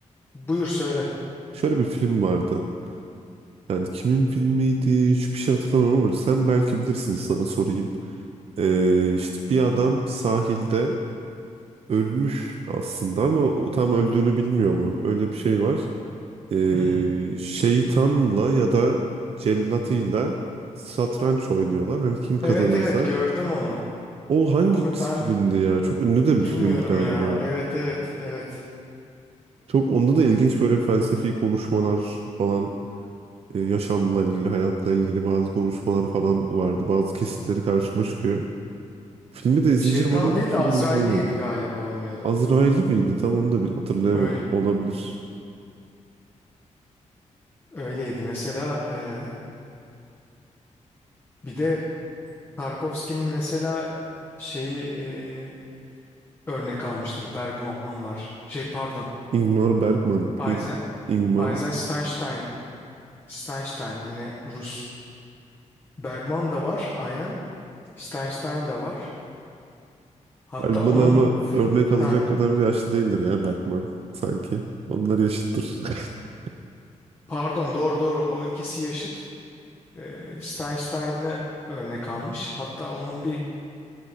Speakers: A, on the left (about 15°); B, on the right (about 50°).
A: Buyur söyle.
B: şöyle bir film vardı. Yani kimin filmiydi? Hiçbir şey hatırlamıyorum ama sen belki bilirsin sana sorayım. Ee, işte bir adam sahilde ölmüş aslında ama o tam öldüğünü bilmiyor mu? Öyle bir şey var. Ee,
A: Hı hı.
B: şeytanla ya da cellatıyla satranç oynuyorlar. Hani kim kazanırsa
A: Evet evet gördüm onu.
B: O hangi
A: Onu
B: filmdi
A: ben de
B: ya? Çok ünlü de bir
A: bilmiyorum
B: film galiba.
A: ya. Evet evet evet.
B: Çok onda da ilginç böyle felsefi konuşmalar falan, e, yaşamla ilgili, hayatla ilgili bazı konuşmalar falan vardı. Bazı kesitleri karşıma çıkıyor. Filmi de izleyeceğim
A: Şeytanı
B: ama
A: değil
B: bir türlü
A: de Azrail'liydi
B: izleyemedim.
A: galiba oynuyordu.
B: Azrail'i miydi? Tam onu da bir hatırlayamadım.
A: Öyle
B: Olabilir.
A: öyleydi. Mesela e, bir de Tarkovski'nin mesela şeyi e, örnek almıştır. Bergman var. Şey pardon.
B: Ingmar Bergman
A: Eisen,
B: neydi? Ingmar
A: Eisenstein Steinstein yine Rus. Bergman da var aynen. Steinstein da var. Hatta
B: Bergman
A: onun
B: ama
A: fi-
B: örnek alacak
A: ha
B: kadar yaşlı değildir ya Bergman sanki. Onlar yaşıttır. <laughs>
A: pardon doğru doğru o ikisi yaşıt. E, Steinstein'ı örnek almış. Hatta onun bir